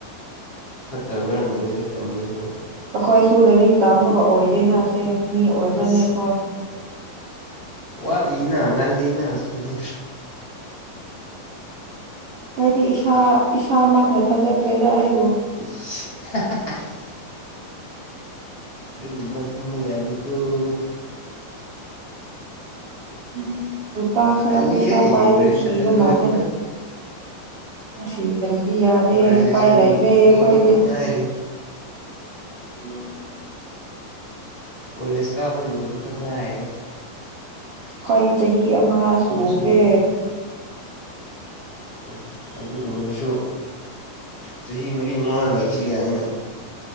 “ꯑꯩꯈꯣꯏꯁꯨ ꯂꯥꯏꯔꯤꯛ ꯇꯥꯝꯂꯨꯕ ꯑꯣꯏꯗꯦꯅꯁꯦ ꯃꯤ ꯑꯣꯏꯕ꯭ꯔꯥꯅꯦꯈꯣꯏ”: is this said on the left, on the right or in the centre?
Right